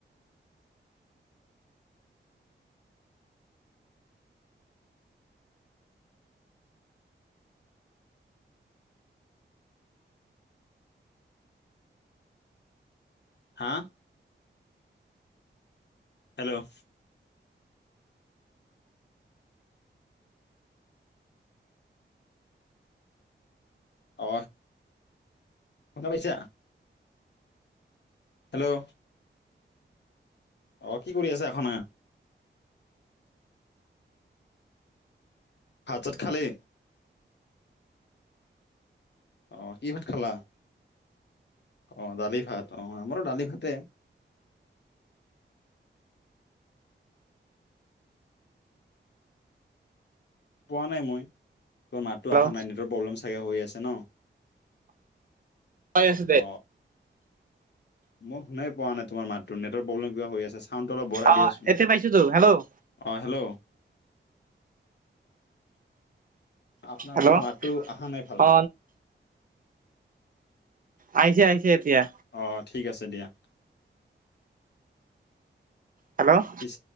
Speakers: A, on the left; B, on the right.
A: হা হেল্ল' অহ শুনা পাইছা হেল্ল' আহ কি কৰি আছা এখনা? ভাত চাত খালি? অ কি ভাত খালা? অ দালি ভাত অ আমাৰো দালি ভাতে। পোৱা নাই মই। মাতটো
B: হেল্ল'
A: আহা নাই নিজৰ প্ৰব্লেম <unintelligible> হৈ আছে ন?
B: পাই আছোঁ দে।
A: অ মই শুনাই পোৱা নাই তোমাৰ মাতটো, নেটৱ প্ৰব্লেম কিবা হৈ আছে চাউণ্ডটো অলপ বঢ়াই
B: অ
A: দিয়াচোন।
B: এতিয়া পাইছোতো হেল্ল'
A: অ হেল্ল' আপোনালোকৰ
B: হেল্ল'
A: মাতটো আহা নাই ভালকে।
B: অ আহিছে আহিছে এতিয়া।
A: অ ঠিক আছে দিয়া।
B: হেল্ল'।
A: পিছে